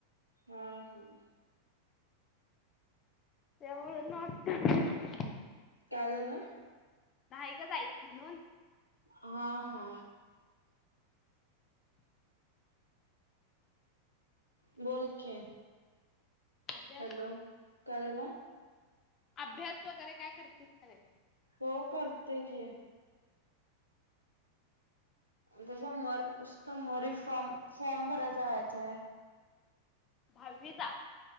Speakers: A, on the right; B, on the left.
A: हम हम्.
B: त्यामु नट <unintelligible>
A: काय झालं?
B: नाही का जाच म्हणून
A: हा हा बोल के
B: अभ्यास
A: हॅलो काय झालं
B: अभ्यास वगैरे काय करतील
A: हो करते की त्या समोर समोर फॉर्म फॉर्म भरायचा जायचंय
B: दहावी चा